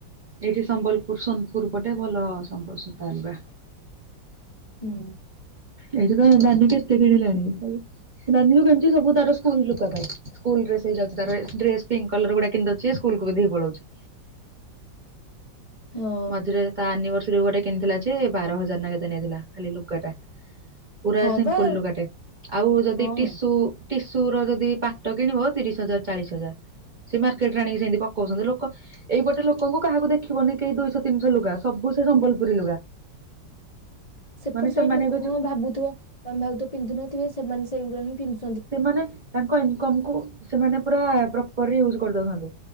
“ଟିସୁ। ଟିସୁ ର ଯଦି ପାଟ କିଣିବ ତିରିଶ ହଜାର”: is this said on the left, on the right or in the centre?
Right